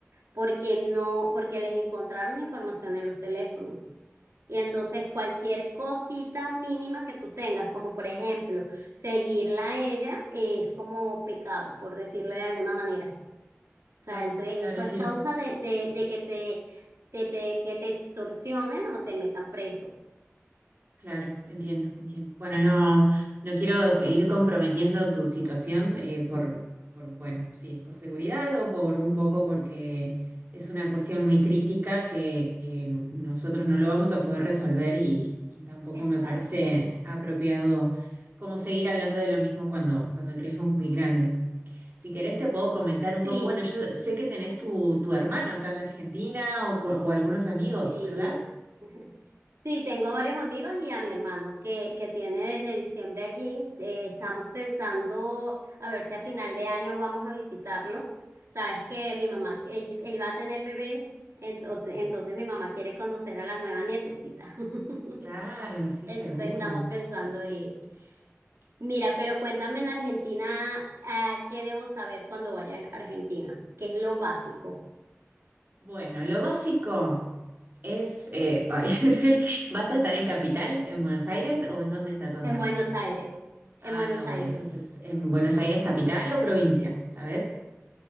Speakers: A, on the right; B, on the right.
A: porque no, porque les encontraron información en los teléfonos. Y entonces cualquier cosita mínima que tú tengas, como por ejemplo seguirla a ella, eh, es como pecado, por decirlo de alguna manera. O
B: Claro,
A: sea, entonces
B: claro,
A: eso
B: entiendo.
A: es causa de, de, de que te, de- de que te extorsionen o te metan preso.
B: Claro, entiendo, entiendo. Bueno, no, no quiero seguir comprometiendo tu situación
A: <laughs>
B: eh, por, por, bueno, si es por seguridad o por un poco porque es una cuestión muy crítica que, que nosotros no lo vamos a poder resolver y, y tampoco
A: Exacto.
B: me parece apropiado como seguir hablando de lo mismo cuando, cuando el riesgo es muy grande. Si querés te puedo comentar
A: Sí,
B: un poco, bueno, yo sé que tenés tu, tu hermano acá en la Argentina o, co- o algunos amigos,
A: Sí.
B: ¿verdad?
A: <laughs> Sí, tengo varios amigos y a mi hermano que, que tiene desde diciembre allí. Eh, estamos pensando a ver si a final de año vamos a visitarlo. Sabes que mi mamá, él, él va a tener bebé, ent- o- entonces mi mamá quiere conocer a la nueva nietecita. <laughs>
B: Claro, sí,
A: Entonces
B: seguro.
A: estamos pensando ir. Mira, pero cuéntame en Argentina, ah, ¿qué debo saber cuando vaya a Argentina? ¿Qué es lo básico?
B: Bueno, lo básico es, eh, ay, <laughs> ¿vas a estar en Capital, en Buenos Aires o en dónde está tu hermana?
A: En Buenos Aires. En
B: Ah,
A: Buenos
B: no, bueno,
A: Aires.
B: entonces, ¿en Buenos Aires capital o provincia? ¿Sabes?